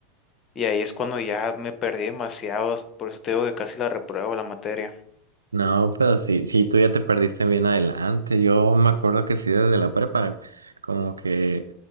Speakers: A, on the left; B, on the right.
A: Y ahí es cuando ya me perdí demasiado, por eso te digo que casi la repruebo la materia.
B: No, pero sí, sí, tú ya te perdiste bien adelante. Yo me acuerdo que sí, desde la prepa, como que